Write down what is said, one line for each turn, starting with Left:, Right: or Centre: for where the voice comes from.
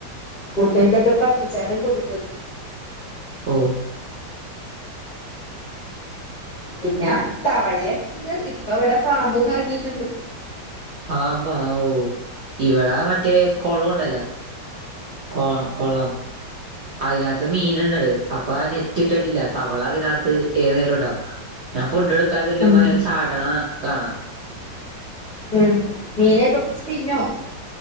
Left: ഗുഡ് നൈറ്റൊക്കെ കത്തിച്ചാലും കൊത്ക് വരും
Right: ഓ
Left: ഇല്ല തവളെ ഇണ്ട് ഇപ്പ ഇവടെ പാമ്പും ഇറങ്ങിട്ടുണ്ട്
Right: ആ മ്പാ ഊ ഇവടൊ മറ്റേ കൊളണ്ടല്ലേ ആ കൊളം അയിനകത്ത് മീന്ണ്ടത് അപ്പൊ ആ നെറ്റ് ഇട്ടിട്ടില്ല തവള അതിനകത്ത് ഏതു നേരവും ഇണ്ടാവും ഞാൻ ഫുഡ് എടുക്കാൻ ചെല്ലുമ്പോ
Left: ഉം,
Right: ചാടണ കാണാം
Left: ഉം മീനെ പിടിച്ച് തിന്നോ